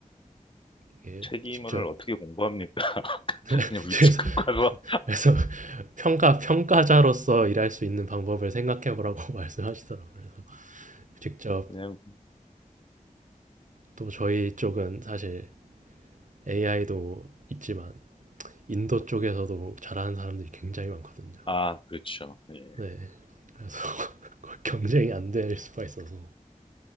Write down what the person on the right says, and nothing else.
이게
직접
<laughs>
그래서,
그래서 평가 평가자로서 일할 수 있는 방법을 생각해보라고 <laughs> 말씀하시더라고요. 그래서 직접
또 저희 쪽은 사실 AI도 있지만 인도
쪽에서도 잘하는 사람들이 굉장히 많거든요.
네. 그래서 <laughs> 경쟁이 안 될 수가 있어서.